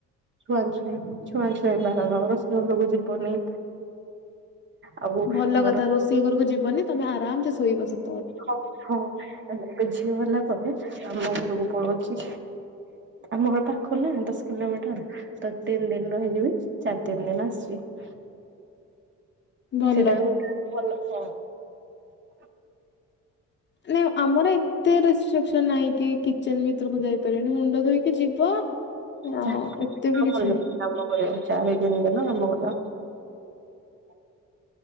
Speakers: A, on the right; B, on the left.
A: ଛୁଆଁ ଛୁଇଁ ଛୁଆଁ ଛୁଇଁ ବାରଣ ରୋଷେଇ ଘରକୁ ଯିବନି। ଆଉ
B: ଭଲ
A: ମୋର
B: କଥା ରୋଷେଇ ଘରକୁ ଯିବନି। ତମେ ଆରାମ ସେ ଶୋଇବ ସେ।
A: ହଉ ହଉ। ଗଲା ପରେ ଆମ ଘରକୁ ପଳଉଛି ଆମ ଘର ପାଖ ନା ଦଶ କିଲୋମିଟର ତ ତିନି ଦିନ ରହିଯିବି ଚାରିଦିନି ଦିନ ଆସିବି।
B: ଭଲ।
A: ସେଇଟା ଭଲ ହଁ। <unintelligible>
B: ନାଇଁ ଆମର ଏତେ ରେଷ୍ଟ୍ରିକସନ ନାହିଁ କି କିଚେନ୍ ଭିତରକୁ ଯାଇପାରିବନି ମୁଣ୍ଡ ଧୋଇକି ଯିବ। ଆଉ
A: ଯା
B: ଏତେ ବି
A: କାମ
B: କିଛି ନାହିଁ
A: କରିବ ଚାରି ଦିନରେ। ହେ ଭଲ କଥା।